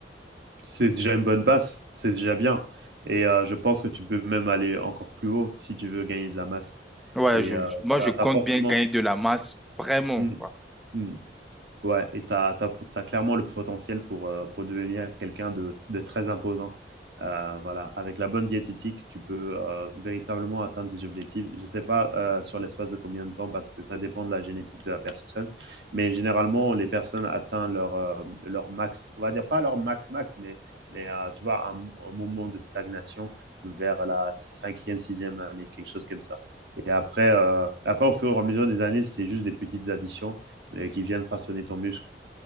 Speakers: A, on the right; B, in the centre.
A: C'est déjà une bonne base, c'est déjà bien. Et euh, je pense que tu peux même aller encore plus haut si tu veux gagner de la masse.
B: Ouais,
A: Et
B: je,
A: euh,
B: je- moi,
A: tu
B: je compte
A: as, forcément...
B: bien gagner de la masse, vraiment,
A: Mm,
B: quoi.
A: mm. Ouais, et tu as, clairement le potentiel pour, euh, pour devenir quelqu'un de, de très imposant. Euh, voilà, avec la bonne diététique, tu peux euh, véritablement atteindre tes objectifs. Je ne sais pas euh, sur l'espace de combien de temps, parce que ça dépend de la génétique de la personne, mais généralement, les personnes atteignent leur, euh, leur max, on va dire pas leur max-max, mais, mais euh, tu vois, un, un, moment de stagnation vers la cinquième, sixième année, quelque chose comme ça. Et après, euh, après au fur et à mesure des années, c'est juste des petites additions et qui viennent façonner ton muscle.